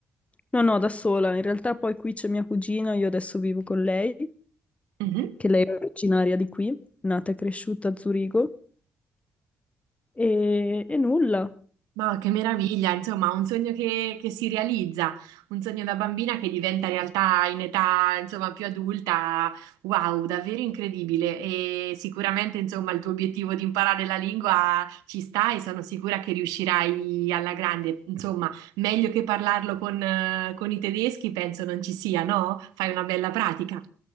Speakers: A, on the left; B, on the right.
A: No, no, da sola. In realtà poi qui c'è mia cugina, io adesso vivo con lei,
B: Mhm.
A: che lei è originaria di qui, nata e cresciuta a Zurigo. E, e nulla,
B: Ma che meraviglia, insomma, un sogno che, che si realizza, un sogno da bambina che diventa realtà in età, insomma, più adulta. Wow, davvero incredibile. E sicuramente, insomma, il tuo obiettivo di imparare la lingua ci sta e sono sicura che riuscirai alla grande. Insomma, meglio che parlarlo con, eh, con i tedeschi, penso non ci sia, no? Fai una bella pratica.